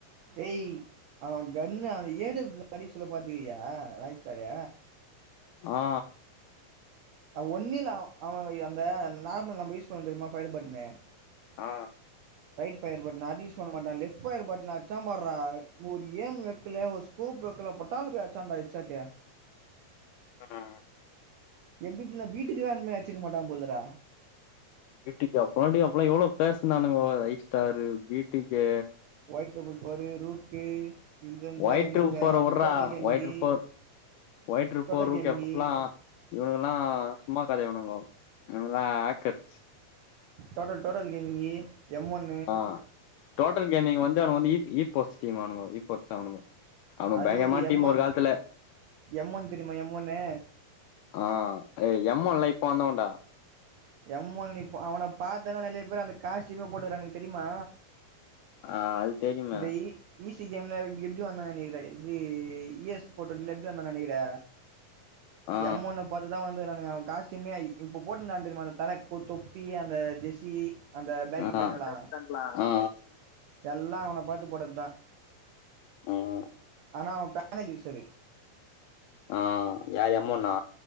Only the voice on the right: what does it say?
ஏய் அவ கன்னு ஏடு கடி சொல்ல பாத்துக்கியா ராய்ஸ்டாரு
ஒன்னில அவ அந்த நார்மல் நம்ம யூஸ் பண்ற தெரியுமா ஃபயர் பட்டன்னு
ரைட் ஃபயர் பட்டன் அது யூஸ் பண்ண மாட்டா லெஃப்ட் ஃபயர் பட்டன அடிச்சா பார்றா ஒரு ஏம் வக்கல ஒரு கூப் வக்கல பட்டால்னு போய் அச்சான்டா எச் ஆர்டயே
எப்டி எப்டிலா வீட்டுக்குலா ஒன்னுமே வச்சிருக்க மாட்டா போலறா
வொயிட்றபுள் ஃபோர் ரூக்கு விஞ்சன்சோ
இன்னொருத்த
டோட்டல் கேமிங்கி
டோட்டல்
கேமிங்கி
டோட்டல் டோட்டல் கேமிங்கி எம் ஒன்
அது
ஒரு
எம் ஒன்
எம் ஒன் தெரியுமா எம் ஒன்னு
எம் ஒன் இப்போ அவன பாத்தன்னா நெறையா பேர் அந்த காஸ்டியூமே போட்டுவரனுங்க தெரியுமா
இந்த இ ஈசி கேம்ல எப்டி வந்தானுங்க நெனைக்கிற இது இ எஸ் போட்ட பிளாட் என்ன நெனைக்கிற
எம் ஒன்ன பாத்து அதுதா வந்துக்றாங்க அவ காஸ்டூமே இப்ப போட்டுனா தெரியுமா அந்த தலக்கு ஒரு தொப்பி அந்த ஜெஸி அந்த பேகி
பேண்ட்லா
எல்லா அவன பாத்து போட்டது தா
ஆனா அவ பேனல் யூசரு